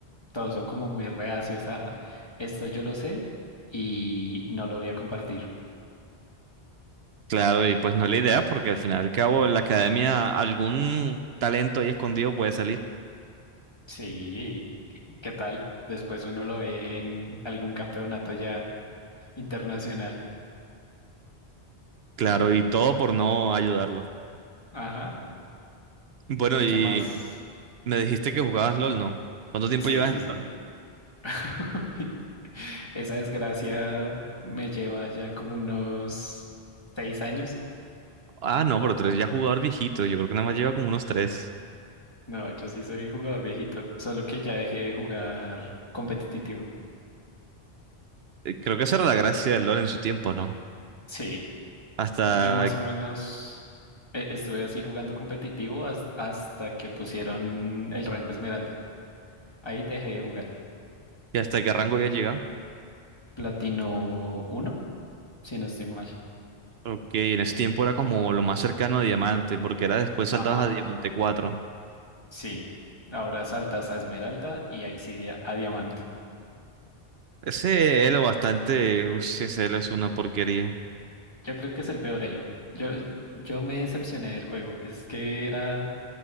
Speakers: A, on the left; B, on the right.
A: Todos son como muy reacios a esto yo lo sé y no lo voy a compartir.
B: Claro, y pues no es la idea, porque al final y al cabo en la academia algún talento ahí escondido puede salir.
A: Sí, ¿qué tal? Después uno lo ve en algún campeonato ya internacional.
B: Claro, y todo por no ayudarlo.
A: Ajá.
B: Bueno,
A: ¿Y
B: y
A: qué Mm. más?
B: me dijiste que jugabas LOL, ¿no? ¿Cuánto tiempo
A: Sí,
B: llevas
A: sí,
B: en
A: sí.
B: LOL?
A: <laughs> Esa desgracia me lleva ya como unos seis años.
B: Ah, no, pero tú eres ya jugador viejito, yo creo que nada más lleva como unos tres.
A: No, yo sí soy jugador viejito, solo que ya dejé de jugar competitivo.
B: Eh, Creo que esa era la gracia del LOL en su tiempo, ¿no?
A: Sí.
B: Hasta,
A: Yo más o menos eh, estuve así jugando competitivo has- hasta que pusieron el rango Esmeralda. Ahí dejé de jugar.
B: que- hasta qué rango había llegado.
A: Platino uno, si no estoy mal.
B: Ok, en ese tiempo era como lo más cercano a Diamante, porque era después saltabas
A: Ajá,
B: a Diamante cuatro.
A: sí. Ahora saltas a Esmeralda y ahí sí a a Diamante.
B: Ese Elo bastante, uy, ese Elo es una porquería.
A: Yo creo que es el peor elo. Yo, yo me decepcioné del juego. Es que era,